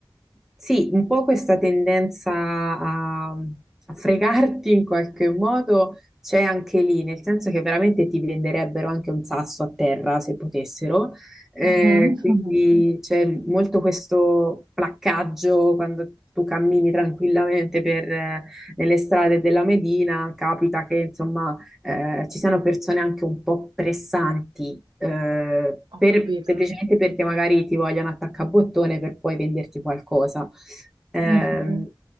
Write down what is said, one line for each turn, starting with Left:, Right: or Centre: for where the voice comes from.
Centre: sì, un po' questa tendenza a, a fregarti in qualche modo c'è anche lì, nel senso che veramente ti venderebbero anche un sasso a terra se potessero. Eh,
Right: Mhm.
Centre: quindi
Right: <laughs>
Centre: c'è molto questo placcaggio quando tu cammini tranquillamente per, eh, nelle strade della Medina, capita che insomma eh, ci siano persone anche un po' pressanti, eh,
Right: ho
Centre: per-
Right: capito.
Centre: semplicemente perché magari ti vogliono attaccabottone per poi venderti qualcosa. Ehm,
Right: Mhm.